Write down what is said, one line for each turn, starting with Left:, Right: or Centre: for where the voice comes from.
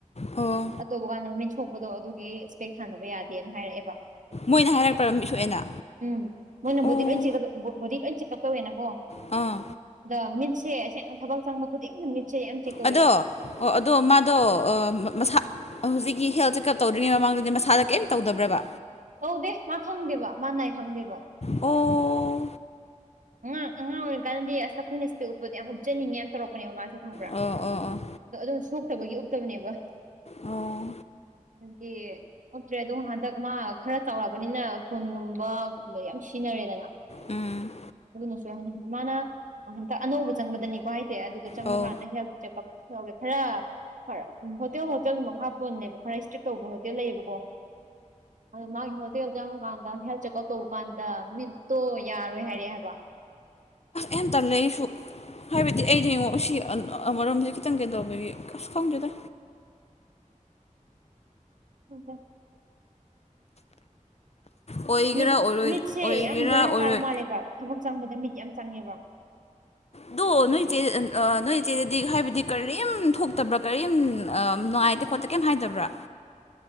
Left: ꯑꯣ
Right: ꯑꯗꯨ ꯇꯧꯕꯀꯥꯟꯗ ꯃꯤꯠ ꯁꯣꯛꯄꯗꯣ ꯑꯗꯨꯒꯤ ꯏꯁꯄꯦꯛ ꯊꯥꯟꯗꯕ ꯌꯥꯗꯦꯅ ꯍꯥꯏꯔꯛꯑꯦꯕ
Left: ꯃꯣꯏꯅ ꯍꯥꯏꯔꯛꯄ꯭ꯔꯥ ꯃꯤꯠ ꯁꯣꯛꯑꯦꯅ
Right: ꯎꯝ ꯃꯣꯏꯅ
Left: ꯑꯣ
Right: ꯕꯣꯗꯤ ꯂꯣꯏ ꯆꯦ <unintelligible> ꯕꯣꯗꯤ ꯂꯣꯏ ꯆꯦꯛ ꯀꯞ ꯇꯧꯋꯦꯅꯀꯣ
Left: ꯑꯥ
Right: ꯑꯗ ꯃꯤꯠꯁꯦ ꯁꯦꯡꯅ ꯊꯕꯛ ꯆꯪꯕ ꯈꯨꯗꯤꯡꯒꯤ ꯃꯤꯠꯁꯦ ꯌꯥꯝ ꯆꯦꯛ ꯇꯧꯋꯦꯕ
Left: ꯑꯗꯣ ꯑꯣ ꯑꯗꯣ ꯃꯥꯗꯣ ꯃꯁꯥ ꯍꯧꯖꯤꯛꯀꯤ ꯍꯦꯜꯠ ꯆꯦꯛꯑꯞ ꯇꯧꯗꯔꯤꯉꯩ ꯃꯃꯥꯡꯗꯨꯗꯤ ꯃꯁꯥꯗ ꯀꯔꯤꯝ ꯇꯧꯗꯕ꯭ꯔꯥꯕ
Right: ꯑꯧꯗꯦ ꯃꯥ ꯈꯪꯗꯦꯕ ꯃꯥ ꯅꯥꯏ ꯈꯪꯗꯦꯕ
Left: ꯑꯣ
Right: ꯑꯉꯥꯡ ꯑꯉꯥꯡ ꯑꯣꯏꯔꯤꯀꯥꯟꯗꯗꯤ ꯑꯁ ꯑꯩꯈꯣꯏꯅ ꯏꯁꯄꯦꯛ ꯎꯞꯄꯗꯣ ꯌꯥꯝ ꯎꯞꯆꯅꯤꯡꯉꯦ ꯌꯥꯝ ꯇꯧꯔꯛꯄꯅꯦꯕ ꯃꯥꯁꯦ ꯈꯪꯕ꯭ꯔꯥ
Left: ꯑꯣ ꯑꯣ
Right: ꯑꯗꯣ ꯑꯗꯨꯝ ꯁꯣꯛꯇꯕꯒꯤ ꯎꯞꯛꯇꯕꯅꯦꯕ
Left: ꯑꯣ
Right: ꯃꯥꯒꯤ ꯊꯣꯛꯇ꯭ꯔꯦ ꯑꯗꯣ ꯍꯟꯗꯛ ꯃꯥ ꯈꯔ ꯆꯥꯎꯔꯑꯔꯕꯅꯤꯅ ꯐꯨꯟꯒꯨꯝꯕꯨꯝꯕ ꯌꯥꯝ ꯁꯤꯖꯤꯟꯅꯔꯦꯗꯅ
Left: ꯎꯝ
Right: ꯑꯗꯨꯅꯁꯨ ꯍ ꯃꯥꯅ ꯍꯟꯛꯇ ꯑꯅꯧꯕ ꯆꯪꯕꯗꯅꯤꯀꯣ ꯍꯥꯏꯗꯤ ꯑꯗꯨꯗ ꯆꯪꯕꯀꯥꯟꯗ
Left: ꯑꯧ
Right: ꯍꯦꯜ ꯆꯦꯛꯑꯞ ꯌꯥꯒꯦ ꯈꯔ ꯈꯔ ꯍꯣꯇꯦꯜ ꯍꯣꯇꯦꯜꯗꯨꯃꯛ ꯍꯥꯞꯄꯣꯅꯦꯕ ꯈꯔ ꯏꯁꯇ꯭ꯔꯤꯛ ꯇꯧꯕ ꯍꯣꯇꯦꯜ ꯂꯩꯌꯦꯕꯀꯣ ꯑꯣ ꯃꯥꯒꯤ ꯍꯣꯇꯦꯜ ꯆꯪꯉꯀꯥꯟꯗ ꯍꯦꯜ ꯆꯦꯛꯑꯞ ꯇꯧꯕ ꯀꯥꯟꯗ ꯃꯤꯠꯇꯣ ꯌꯥꯔꯣꯏ ꯍꯥꯏꯔꯦ ꯍꯥꯏ ꯋꯥ
Left: ꯍꯦꯟ ꯇꯜꯂꯦ ꯑꯩꯁꯨ ꯍꯥꯏꯕꯗꯤ ꯑꯩꯗꯤ ꯌꯦꯡꯉꯛꯑꯣ ꯁꯤ ꯑꯃꯔꯣꯝꯗ ꯈꯤꯇꯪ ꯀꯩꯗꯧꯕꯒꯤ ꯑꯁ ꯈꯪꯖꯦꯗ
Right: <inaudible>
Left: ꯑꯣꯏꯒꯦꯔꯥ
Right: ꯃꯤꯠ
Left: ꯑꯣꯏꯔꯣꯏ
Right: ꯃꯤꯠꯁꯦ
Left: ꯑꯣꯏꯒꯦꯔꯥ
Right: ꯌꯥꯝ ꯕꯔꯥ
Left: ꯑꯣꯏꯔꯣꯏ
Right: ꯀꯥꯕ ꯃꯥꯜꯂꯦꯕ ꯊꯕꯛ ꯆꯪꯕꯗ ꯃꯤꯠ ꯌꯥꯝ ꯆꯪꯉꯦꯕ
Left: ꯑꯗꯣ ꯅꯣꯏ ꯏꯆꯦ ꯅꯣꯏ ꯏꯆꯦꯗꯗꯤ ꯍꯥꯏꯕꯗꯤ ꯀꯔꯤꯝ ꯊꯣꯛꯇꯕ꯭ꯔꯥ ꯀꯔꯤꯝ ꯅꯨꯡꯉꯥꯏꯇꯦ ꯈꯣꯠꯇ ꯀꯩꯝ ꯍꯥꯏꯗꯕ꯭ꯔꯥ